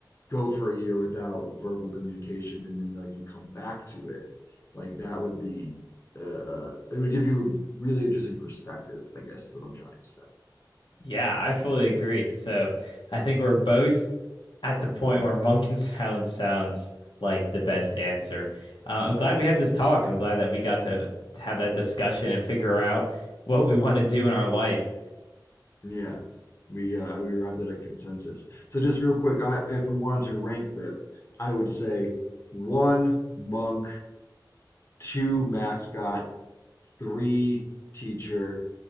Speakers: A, on the left; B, on the left.
A: go for a year without verbal communication and then like you come back to it like that would be uh, uh it would give you a really interesting perspective i guess is what i'm trying to say
B: Yeah, I fully agree. So I think we're both. at the point where Monk and Silence sounds like the best answer. Uh, I'm glad we had this talk. I'm glad that we got to, to have that discussion and figure out what we want to do in our life.
A: yeah we uh we arrived at a consensus so just real quick i if we wanted to rank them i would say one monk two mascot three teacher